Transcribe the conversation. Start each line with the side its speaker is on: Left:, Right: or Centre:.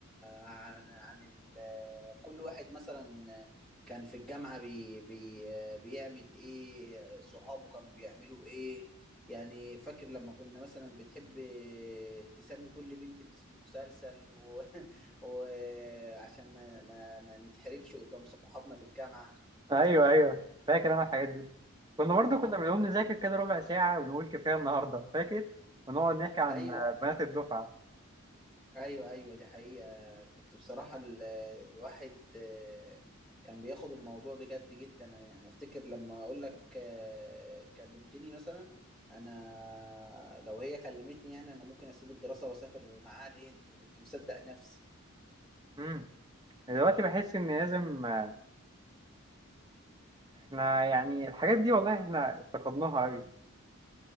Centre: عن عن ال... كل واحد مثلا كان في الجامعة بي... بي... بيعمل ايه صحابه كانوا بيعملوا ايه يعني فاكر لما كنا مثلا بتحب تسمي كل بنت باسم مسلسل و... <laughs> وعشان ما... ما ما نتحرجش قدام صحابنا في الجامعة
Right: ايوه ايوه فاكر انا الحاجات دي كنا برضو
Centre: امم
Right: كنا بنقوم نذاكر كده ربع ساعه ونقول كفايه النهارده فاكر ونقعد نحكي عن
Centre: ايوه
Right: بنات الدفعه
Centre: ايوه ايوه دي حقيقة كنت بصراحة ال- الواحد آه، كان بياخد الموضوع بجد جدا يعني افتكر لما اقول لك آه، كلمتني مثلا انا لو هي كلمتني يعني انا ممكن اسيب الدراسة واسافر معاها الهند وكنت مصدق نفسي
Right: امم دلوقتي بحس ان لازم آه، احنا يعني الحاجات دي والله احنا افتقدناها قوي